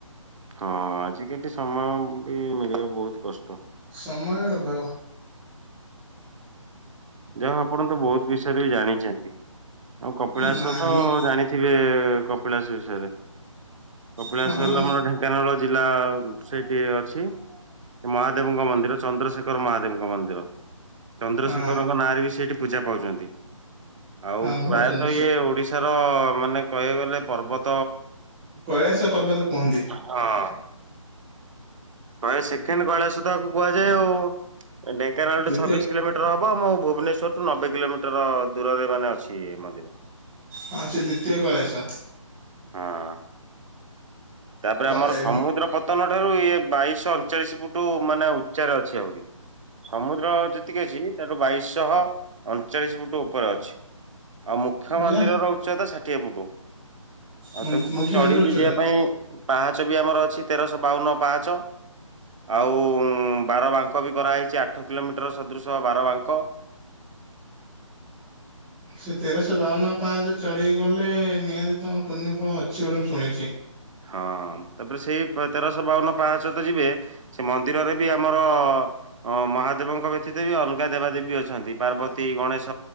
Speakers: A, on the right; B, in the centre.
A: ହଁ ଆଜିକାଲି ସମୟ ବି ମିଳିବ ବହୁତ କଷ୍ଟ।
B: ସମୟର ଅଭାବ।
A: ଯାହଉ ଆପଣ ତ ବହୁତ ବିଷୟରେ ବି ଜାଣିଛନ୍ତି, ଆଉ କପିଳାସ
B: ନା
A: ତ
B: ଆମେ
A: ଜାଣିଥିବେ। ଥିବେ କପିଳାସ ବିଷୟରେ, କପିଳାସ
B: ହଁ
A: ହେଲା ଆମର ଢେଙ୍କା ଙ୍କାନାଳ ଜିଲ୍ଲା ସେଇଠି ଅଛି। ମହାଦେବଙ୍କ ମନ୍ଦିର, ଚନ୍ଦ୍ରଶେଖର ମହାଦେବଙ୍କ ମନ୍ଦିର, ଚନ୍ଦ୍ରଶେଖର
B: ହଁ
A: ନାରେ ବି ସେଠି ପୂଜା ପାଉଛନ୍ତି, ଆଉ
B: ହଁ ଭ
A: ପ୍ରାୟତଃ
B: ଚନ୍ଦ୍ରଶେଖର
A: ଇଏ ଓଡିଶା ର ମାନେ କହିବାକୁ ଗଲେ ପର୍ବତ
B: କ-କୈଳାସ ପର୍ବତ କୁହନ୍ତି।
A: ହଁ। କ ସେକେଣ୍ଡ କୈଳାସ ତାକୁ କୁହାଯାଏ ଆଉ, ଏ ଢେଙ୍କାନାଳ
B: ଦ୍ଵିତୀୟ
A: ଟା ଛବିଶ କିଲୋମି ଟର ହବ ମୁଁ ଭୁବନେଶ୍ଵର ରୁ ନବେ କିଲୋମିଟର ଦୂରରେ ମାନେ ଅଛି ମନ୍ଦିର।
B: ହଁ ସେ ଦ୍ୱିତୀୟ କୈଳାସ।
A: ହଁ। ତାପରେ
B: କ
A: ଆମର
B: ଏମି
A: ସମୁଦ୍ର ପତନ ଠାରୁ ଇଏ ବାଇଶ ଅଣଚାଳିଶ ଫୁଟ ମାନେ ଉଚ୍ଚାରେ ଅଛି ଆହୁରି। ସମୁଦ୍ର ଯେତିକି ଅଛି, ତାଠୁ ବାଇଶଶହ ଅଣଚାଳିଶି ଫୁଟ ଉପରେ ଅଛି। ଆଉ ମୁଖ୍ୟ ମନ୍ଦିରର
B: ଯା
A: ଉଚ୍ଚତା ଷାଠିଏ ଫୁଟୁ, ଆଉ
B: ମନ୍ଦି
A: ତାକୁ
B: ମୁଖ୍ୟ
A: ପୁଣି ଚଢିକି
B: ମନ୍ଦିର ଉଚ୍ଚତା
A: ଯିବା ପାଇଁ ପାହାଚ ବି ଆମର ଅଛି, ତେରଶହ ବାଉନ ପାହାଚ। ଆଉ ବାରବାଙ୍କ ବି କରାହୋଇଛି, ଆଠ କିଲୋମିଟର ସଦୃଶ ବାରବାଙ୍କ।
B: ସେ ତେରଶହ ବାଉନ ପାହାଚ ଚଢିକି ଗଲେ ନିହାତି ତମର ପୁଣ୍ୟ ଫଳ ଅଛି ବୋଲି ମୁଁ ଶୁଣିଛି।
A: ହଁ, ତାପରେ ସେଇ ତେରଶହ ବାଉନ ପାହାଞ୍ଚ ତ ଯିବେ ସେ ମନ୍ଦିରରେ ବି ଆମର ଅ ମହାଦେବଙ୍କ ବ୍ୟତୀତ ବି ଅଲଗା ଦେବାଦେବୀ ଅଛନ୍ତି, ପାର୍ବତୀ, ଗଣେଶ,